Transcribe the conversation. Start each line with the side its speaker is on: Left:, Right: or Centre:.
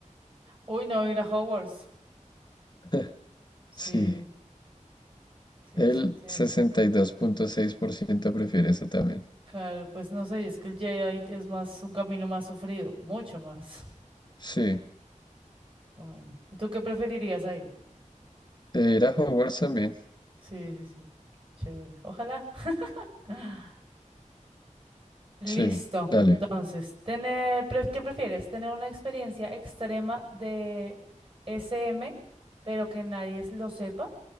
Right: Uy, no, ir a Hogwarts.
Left: <laughs>
Right: Sí,
Left: Sí,
Right: sí,
Left: el
Right: sí, sí.
Left: sesenta y dos punto seis por ciento prefiere eso también.
Right: Claro, pues no sé, es que el Jedi es más un camino más sufrido, mucho más. <laughs>
Left: Sí,
Right: Bueno, ¿y ¿tú qué preferirías ahí?
Left: ir a Hogwarts también.
Right: Sí, sí, sí. Chévere. Ojalá. <laughs> Listo.
Left: Sí, dale.
Right: Entonces, tener, pre- ¿qué prefieres? ¿Tener una experiencia extrema de SM, pero que nadie s- lo sepa?